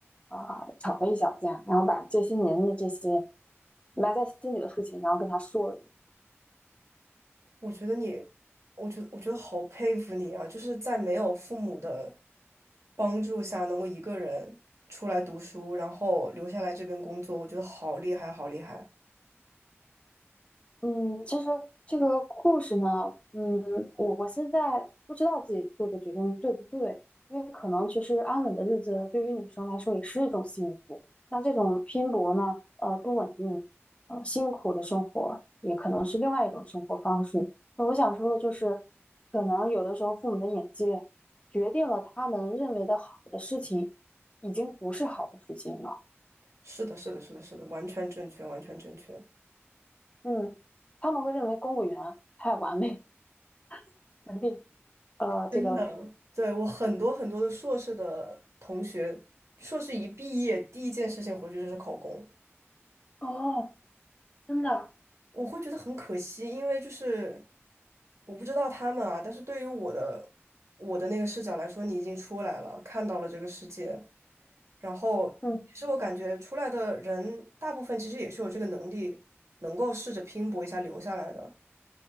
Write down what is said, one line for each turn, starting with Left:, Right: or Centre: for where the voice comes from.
Left: 啊、呃吵了一小架，然后把这些年的这些埋在心里的事情，然后跟他说了，
Right: 我觉得你，我觉得我觉得好佩服你啊！就是在没有父母的帮助下，能够一个人出来读书，然后留下来这边工作，我觉得好厉害，好厉害！
Left: 嗯，其实这个故事呢，嗯，我我现在不知道自己做的决定对不对，因为可能其实安稳的日子对于女生来说也是一种幸福。那这种拼搏呢，呃，不稳定，呃，辛苦的生活也可能是另外一种生活方式。那我想说的就是，可能有的时候父母的眼界决定了他们认为的好的事情，已经不是好的事情了。
Right: 是的，是的，是的，是的，完全正确，完全正确。
Left: 嗯，他们会认为公务员太完美、<laughs> 稳定。呃，
Right: 真的，
Left: 这个
Right: 对，我很多很多的硕士的同学，硕士一毕业，第一件事情回去就是考公。
Left: 哦，真的，
Right: 我会觉得很可惜，因为就是我不知道他们啊，但是对于我的我的那个视角来说，你已经出来了，看到了这个世界，然后其实我感觉出来的人大部分其实也是有这个能力，
Left: 嗯
Right: 能够试着拼搏一下留下来的，